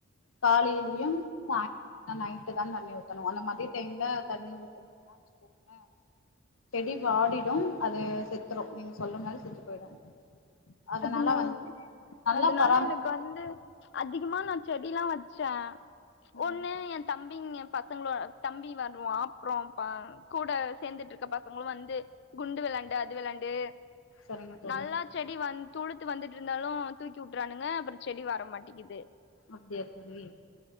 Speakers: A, on the left; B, on the left.
A: காலிலியும் சாய்ங் நைட்டு தா தண்ணி ஊத்தணு அந்த மதிய டைம்ல தண்ணி ஊத்துனங்னா வச்சுக்கோங் க செடி வாடிடும் அது செத்துரு நீங்க சொல்ற மாரி செத்து போயிடு அதனால
B: அதுனால்
A: வந்து நல்லா
B: அதனால
A: பராம
B: எனக் வந்து அதிகமா நா செடிலா வச்சே
A: ம்
B: ஒண்ணு தம்பிங்க பசங்களு தம்பி வருவா அப்புற பா கூட சேர்ந்துட்டு மத்த பசங்களு வந்து குண்டு வெளாண்டு அது வெளாண்டு
A: சரிங்க தோழி
B: நல்லா செடி வந் துலுத்து வந்துட்டு இருந்தாலு தூக்கி உட்றானுங்க அப்பற செடி வர மாட்டிகிது
A: அப்டியா தோழி